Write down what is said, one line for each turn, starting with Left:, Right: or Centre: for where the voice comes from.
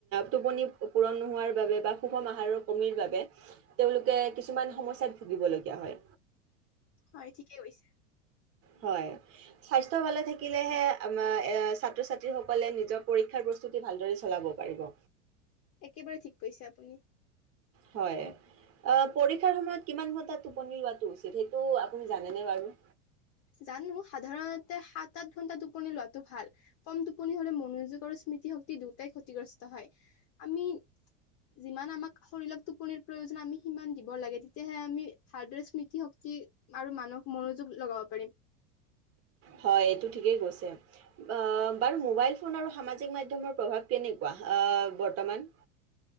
Right: টোপনি পোৰণ নোৱাৰ বাবে বা সুষম আহাৰ কম বাবে তেওঁলোকে কিছুমান সমস্যাত । ভুগিবলগীয়া হয়।
Left: হয় ঠিকেই কৈছে।
Right: হয় স্বাস্থ্য ভালে থাকিলেহে আম ছাত্ৰ ছাত্ৰীসকলে নিজৰ পৰীক্ষাৰ প্ৰস্তুতি ভালদৰে চলাব পাৰিব।
Left: একেবাৰে ঠিক কৈছে আপুনি।
Right: হয় পৰীক্ষাৰ সময়ত কিমান টোপনি লোৱাটো উচিত সেইটো আপুনি জানেনে বাৰু।
Left: জানো সাধাৰণতে সাত আঠ ঘন্টা টোপনি লোৱাাতটো ভাল কম টোপনি হলে মনোযোগ আৰু স্মৃতি শক্তি দুটাই ক্ষতিগ্ৰস্ত হয় আমি যিমান আমাক শৰীৰক টোপনিৰ প্ৰয়োজন আমি সিমান দিব লাগে তেতিয়াহে আমি ভালদৰে স্মৃতিশক্তি। আৰু মানুহক মনোযোগ লগও। পাৰিম।
Right: হয় এইটো ঠিকেই গৈছে। আ বাৰু মোবাইল। ফোনৰ আৰু সামজিক মাধ্যমৰ প্ৰভাৱ কেনেকুৱা বৰ্তমান।